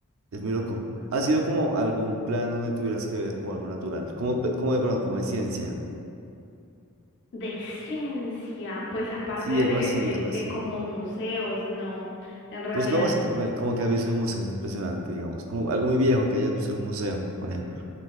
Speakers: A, on the right; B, on the left.
A: es muy loco. ¿Ha sido como algún plan donde tuvieras que ver como algo natural, como, pe- como de, perdón, como de ciencia?
B: De ciencia, pues aparte
A: Sí, algo
B: de,
A: así,
B: de,
A: algo
B: de
A: así.
B: como museos, no, en realidad.
A: Pues no más que bueno, como que ha visto en museos impresionante, digamos. Como algo muy viejo que hayas visto en un museo, por ejemplo.